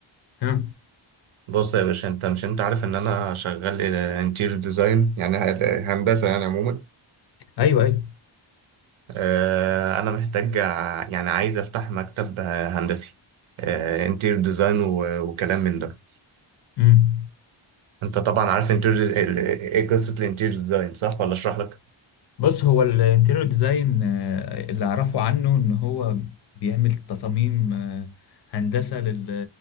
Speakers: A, on the left (about 55°); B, on the right (about 80°).
A: ها
B: بص يا باشا انت مش انت عارف ان انا شغال انتيريور ديزاين يعني ه- هندسة يعني عموما
A: ايوه ايوه
B: آه، انا محتاج ع- يعني عايز افتح مكتب آه، هندسي انتير ديزاين وكلام من ده
A: امم
B: انت طبعا عارف انتير ايه قصة الانتير ديزاين صح ولا اشرح لك
A: بص هو الانتيريور ديزاين اللي اعرفه عنه ان هو بيعمل تصاميم آه، هندسه لل